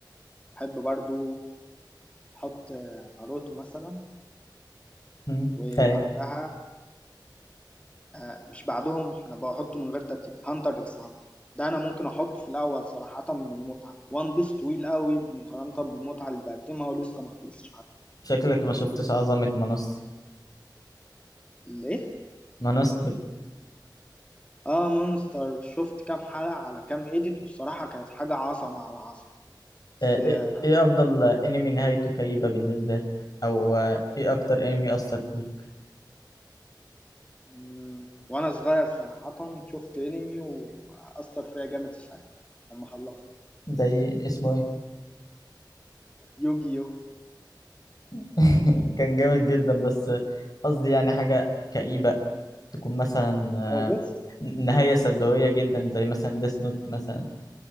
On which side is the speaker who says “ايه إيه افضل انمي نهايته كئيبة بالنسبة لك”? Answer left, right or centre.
Left